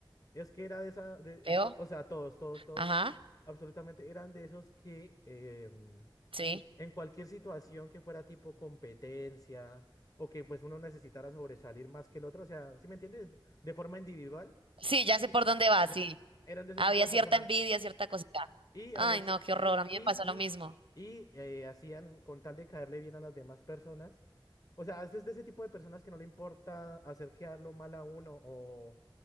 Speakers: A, on the left; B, on the right.
A: es que era de esa, de, eh,
B: ¿Veo?
A: to- o sea, todos, todos, todos,
B: Ajá.
A: absolutamente eran de esos que em,
B: Sí.
A: en cualquier situación que fuera tipo competencia o que pues uno necesitara sobresalir más que el otro, o sea, ¿sí me entiendes? De forma individual
B: Sí, ya sé por dónde va, sí.
A: eran de ese
B: Había
A: tipo de
B: cierta
A: personas
B: envidia, cierta cosita.
A: y
B: Ay,
A: habían si-
B: no, qué horror.
A: y
B: A mí
A: y
B: me pasó
A: y
B: lo mismo.
A: y eh, hacían con tal de caerle bien a las demás personas. O sea, es de ese tipo de personas que no le importa hacer quedarlo mal a uno o